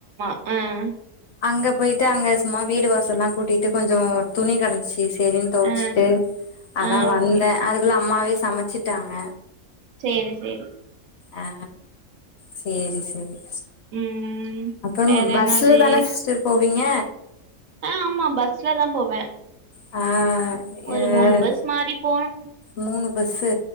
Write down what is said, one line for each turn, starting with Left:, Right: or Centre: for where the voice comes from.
Right: ம்
Left: அங்க போயிட்டு அங்க சும்மா வீடு வாசல்லா கூட்டிட்டு கொஞ்சோ துணி கிடந்துச்சு சேரின் தோச்சுட்டு
Right: ஆ
Left: அதா
Right: ஆ
Left: வந்தே
Right: ஓகே
Left: அதுக்குள்ள அம்மாவே சமச்சிட்டாங்க
Right: சேரி சேரி
Left: ஆ சேரி சேரி
Right: ம்
Left: அப்புறம்
Right: வேற
Left: பஸ்லதானா
Right: என்னது
Left: சிஸ்டர் போவீங்க
Right: ஆ ஆமா பஸ்ல தா போவ
Left: ஆ
Right: ஒரு
Left: எ
Right: மூணு பஸ் மாறி போனோ
Left: மூணு பஸ்ஸு